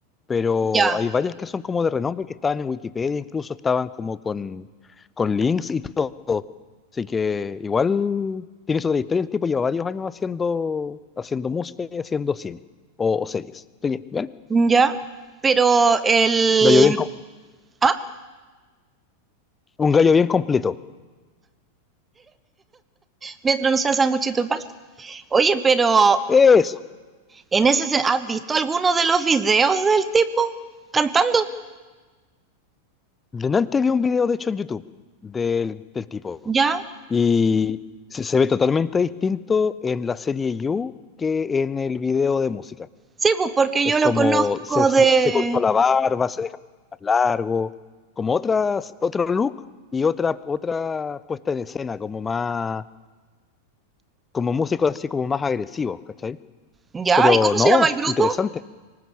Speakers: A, on the left; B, on the right.
A: pero
B: Ya,
A: hay varias que son como de renombre que estaban en Wikipedia, incluso estaban como con, con links y todo. Así que igual tiene su trayectoria, el tipo lleva varios años haciendo, haciendo música y haciendo cine o, o series. Así que, bien,
B: ya. Pero el...
A: gallo bien, com-
B: Ah,
A: un gallo bien completo.
B: mientras no sea sanguchito de palta. Oye, pero
A: Eso.
B: en ese sen- ¿has visto alguno de los videos del tipo cantando?
A: Delante vi un video, de hecho, en YouTube del, del tipo.
B: Ya,
A: Y se, se ve totalmente distinto en la serie You que en el video de música.
B: Sí, pues porque
A: Es
B: yo
A: como
B: lo conozco
A: se, se-
B: de...
A: se cortó la barba, se deja más largo, como otras, otro look y otra, otra puesta en escena, como más, como músicos así como más agresivos, ¿cachai?
B: Ya,
A: Pero
B: ¿y cómo
A: no,
B: se llama el grupo?
A: interesante.